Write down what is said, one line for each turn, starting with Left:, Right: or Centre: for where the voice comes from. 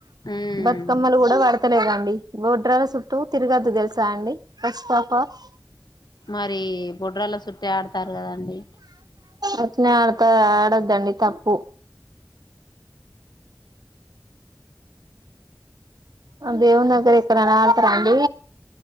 Left: మ్మ్
Right: బతుకమ్మలు కూడా వడతలేదండి, గోడ్రాల సుట్టూ తిరగద్దు తెలుసా అండి, ఫస్ట్ పాఫ్ ఆఫ్
Left: మరి బొడ్రల సుట్టే ఆడతారు కదండి.
Right: అట్నే ఆడత ఆడద్దండి తప్పు.. దేవుని దగ్గర ఎక్కడన్న ఆడతార అండి,